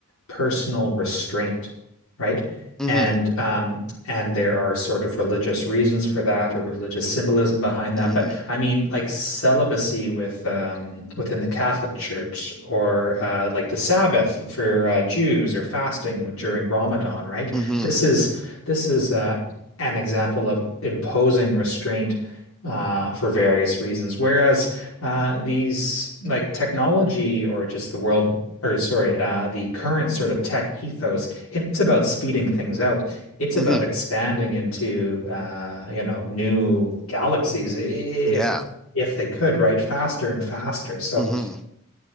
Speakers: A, on the left; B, in the centre.
A: personal restraint, right?
B: hmm
A: And um, and there are sort of religious reasons for that or religious symbolism behind that.
B: Mm-hmm.
A: But I mean, like celibacy with um, within the Catholic Church, or uh, like the Sabbath for uh, Jews, or fasting during Ramadan, right?
B: Mm-hmm.
A: This is this is uh, an example of imposing restraint uh, for various reasons. Whereas uh, these like technology or just the world, or sorry, uh, the current sort of tech ethos, it's about speeding things out it's about
B: Mm-hmm.
A: expanding into uh, you know, new galaxies if
B: Yeah.
A: if they could, right? Faster and faster. So
B: Mm-hmm.